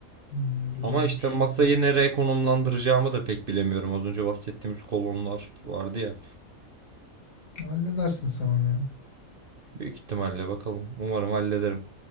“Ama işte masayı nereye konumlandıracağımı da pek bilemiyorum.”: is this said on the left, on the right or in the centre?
Right